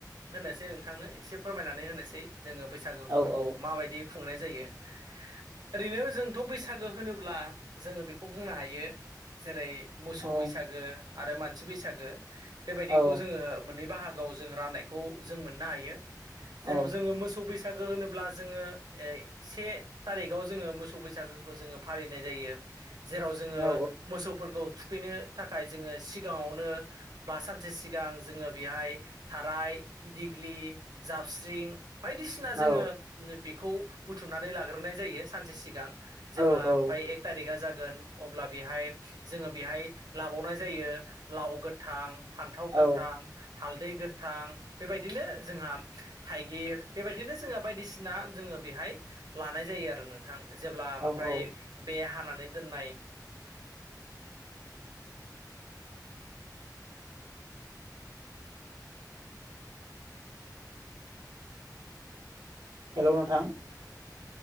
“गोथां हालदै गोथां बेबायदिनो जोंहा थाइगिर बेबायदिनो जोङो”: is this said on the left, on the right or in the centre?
Right